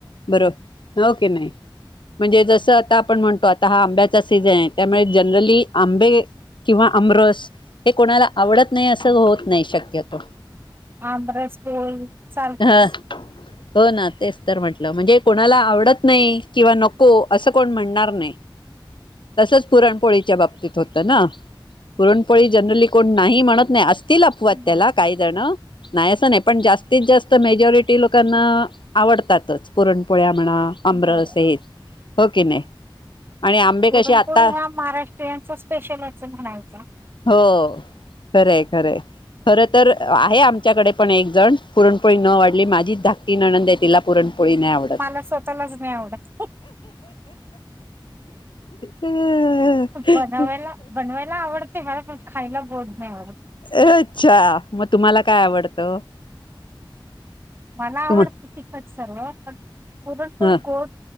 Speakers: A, on the left; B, on the right.
A: बरोबर हो की नाही म्हणजे जसं आता आपण म्हणतो आता हा आंब्याचा सीझन आहे त्यामुळे जनरली आंबे किंवा आमरस हे कोणाला आवडत नाही असं होत नाही शक्यतो
B: आमरस पोळी चालतच.
A: ह हो ना तेच तर म्हटलं म्हणजे कोणाला आवडत नाही किंवा नको असं कोण म्हणणार नाही.
B: <unintelligible>
A: तसच पुरणपोळीच्या बाबतीत होतं ना पुरणपोळी जनरली कोण नाही म्हणत नाही असतील अफवाद
B: नाही.
A: त्याला काय जण नाही असं नाही पण जास्तीत जास्त मेजॉरिटी लोकांना आवडतातच पुरणपोळ्या म्हणा आमरस
B: बरोबर
A: हे हो की नाही आणि आंबे
B: पुरणपोळी
A: कसे आता
B: हा महाराष्ट्रीयंनचा स्पेशल अस म्हणायचा.
A: हो खरंय खरंय खर तर आहे आमच्याकडे पण एक जण पुरणपोळी न वाढली माझीच धाकटी नणंद आहे तिला पुरण पोळी नाही आवडत
B: मला स्वतःलाच नाही आवडत
A: ह
B: बनवायला
A: <inaudible>
B: बनवायला आवडते पण खायला गोड नाही आवडत-
A: अच्छा मग तुम्हाला काय आवडतं?
B: मला आवडतं
A: तुम
B: तिखट सर्व पण पुरण पण
A: ह
B: गोड